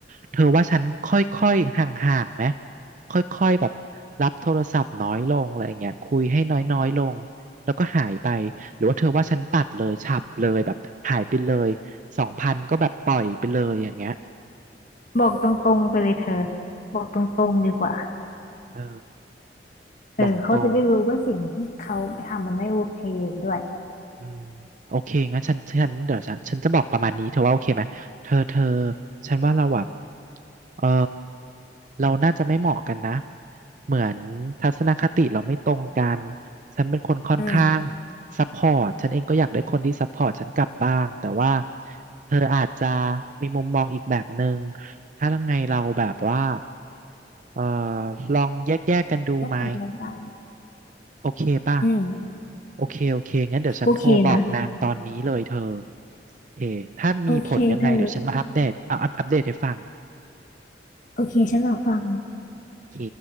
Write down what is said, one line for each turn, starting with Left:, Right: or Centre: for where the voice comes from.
Right: เธอว่าฉันค่อยๆห่างๆไหมค่อยๆแบบรับโทรศัพท์น้อยลงอะไรเงี้ยคุยให้น้อยๆลงแล้วก็หายไปหรือว่าเธอว่าฉันตัดเลยฉับเลยแบบหายไปเลยสองพันก็แบบปล่อยไปเลยอย่างเงี้ย
Left: บอกตรงๆไปเลยเธอบอกตรงๆดีกว่า
Right: เออ
Left: เออเขาจะได้รู้ว่าสิ่งที่เขาทำมันไม่โอเคด้วย
Right: บอกตรง อืมโอเคงั้นฉันฉันเดี๋ยวฉันฉันจะบอกประมาณนี้เธอว่าโอเคไหมเธอเธอฉันว่าเราแบบเออเราน่าจะไม่เหมาะกันนะเหมือนทัศนคติเราไม่ตรงกันฉันเป็นคนค่อนข้าง
Left: อืม
Right: ซัพพอร์ตฉันเองก็อยากได้คนที่ซัพพอร์ตฉันกลับบ้างแต่ว่าเธออาจจะมีมุมมองอีกแบบหนึ่งถ้ายังไงเราแบบว่าเออลองแยกๆกกันดูไหม
Left: ก็ทำไม่ได้
Right: โอเคป่ะ
Left: อืม
Right: โอเค โอเค งั้นเดี๋ยวฉันโทรบอกนางตอนนี้เลยเธอ
Left: โอเคนะ
Right: โอเคถ้ามีผลยังไงเดี๋ยวฉันมาอัปเดตเอาอัปอัปเดตให้ฟัง
Left: โอเคเธอ โอเคฉันรอฟัง
Right: โอเค